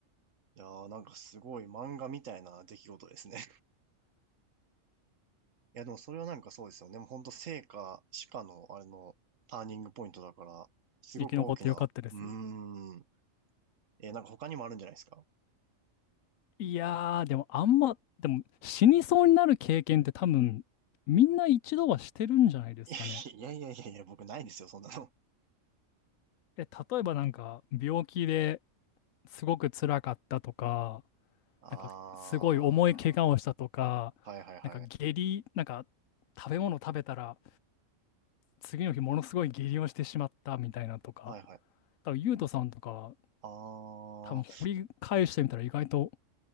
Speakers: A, on the right; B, on the left.
A: いやーなんかすごい漫画みたいな出来事ですね。<laughs> いや、でもそれはなんかそうですよね。もうほんと生か死かの、あれの、ターニングポイントだから、すごく大きな。
B: 生き残ってよかったです。
A: うーん。えーなんか他にもあるんじゃないですか
B: いやー、でもあんま、でも死にそうになる経験って多分、みんな一度はしてるんじゃないですかね。
A: <laughs> いやいやいやいや、僕ないですよ、そんなの。
B: え、例えばなんか、病気ですごく辛かったとか、
A: <laughs> ああ。
B: なんか、すごい重い怪我をしたとか、
A: はいはいはい。
B: なんか下痢、なんか、食べ物食べたら、次の日ものすごい下痢をしてしまったみたいなとか、
A: はいはい。
B: 多分ゆうとさんとか、
A: ああ。
B: 多分掘り返してみたら意外と、